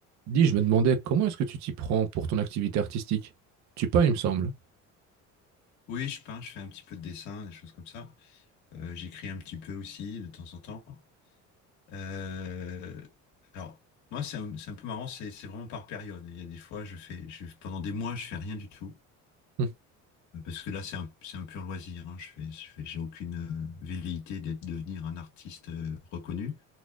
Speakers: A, on the right (about 65°); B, on the left (about 70°).
A: Dis, je me demandais comment est-ce que tu t'y prends pour ton activité artistique? Tu peins, il me semble.
B: Oui, je peins, je fais un petit peu de dessin, des choses comme ça. Euh, j'écris un petit peu aussi de temps en temps. Euh, alors, moi, c'est un, c'est un peu marrant, c'est c'est vraiment par période. Il y a des fois, je fais, je, pendant des mois, je fais rien du tout.
A: Hum,
B: Euh, Parce que là, c'est un, c'est un pur loisir. hein. Je fais, je fais, j'ai aucune euh, velléité d'être devenir un artiste euh, reconnu.